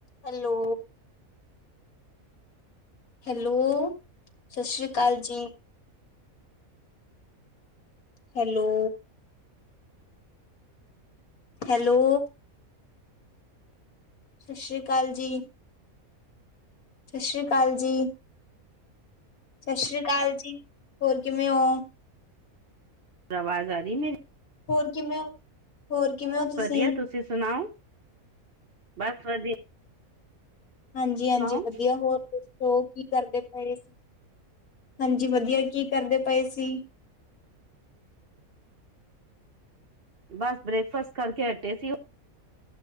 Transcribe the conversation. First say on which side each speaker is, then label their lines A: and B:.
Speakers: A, on the left; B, on the right.
A: Hello. Hello, ਸਤਿ ਸ਼੍ਰੀ ਅਕਾਲ ਜੀ। ਹੈਲੋ। ਹੈਲੋ। ਸਤਿ ਸ਼੍ਰੀ ਅਕਾਲ ਜੀ। ਸਤਿ ਸ਼੍ਰੀ ਅਕਾਲ ਜੀ। ਸਤਿ ਸ੍ਰੀ ਅਕਾਲ ਜੀ, ਹੋਰ ਕਿਵੇਂ ਹੋ?
B: ਆਵਾਜ਼ ਆ ਰਹੀ ਮੇਰੀ
A: ਹੋਰ ਕਿਵੇਂ ਹੋ, ਹੋਰ ਕਿਵੇਂ ਹੋ ਤੁਸੀਂ।
B: ਵਧੀਆ ਤੁਸੀਂ ਸੁਣਾਓ ਬਸ ਵਧੀਆ।
A: ਹਾਂਜੀ- ਹਾਂਜੀ
B: ਸੁਣਾਓ
A: ਵਧੀਆ ਹੋਰ। ਹੋਰ ਕੀ ਕਰਦੇ ਪਏ ਸੀ, ਹਾਂਜੀ ਵਧੀਆ ਕੀ ਕਰਦੇ ਪਏ ਸੀ।
B: ਬਸ ਬ੍ਰੇਕਫਾਸਟ ਕਰਕੇ ਹਟੇ ਸੀ।